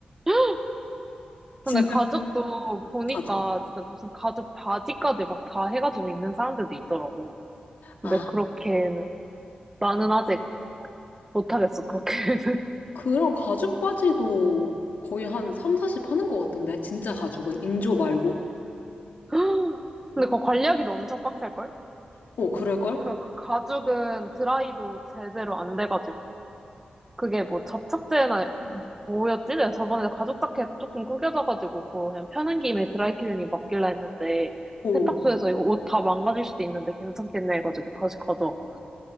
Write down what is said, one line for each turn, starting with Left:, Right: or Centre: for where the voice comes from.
Right: <gasps>
Left: 진짜
Right: 근데 가죽도 보니까
Left: 가죽.
Right: 진짜 무슨 가죽 바지까지 막 다 해가지고 입는 사람들도 있더라고. 근데
Left: 아,
Right: 그렇게는 나는 아직 못하겠어, 그렇게는.
Left: 그런 가죽 바지도 거의 한 3, 40 하는 것 같던데. 진짜 가죽은. 인조 말고.
Right: <laughs> 근데 그거 관리하기도 엄청 빡셀걸?
Left: 어, 그럴걸?
Right: 그 가죽은 드라이도 제대로 안 돼가지고. 그게 뭐 접착제나
Left: 음.
Right: 뭐였지? 내가 저번에 가죽 자켓 조금 구겨져가지고 그거 그냥 펴는 김에 드라이클리닝 맡길라 했는데
Left: 오,
Right: 세탁소에서 이거 옷 다 망가질 수도 있는데 괜찮겠네 해가지고 다시 가져왔거든.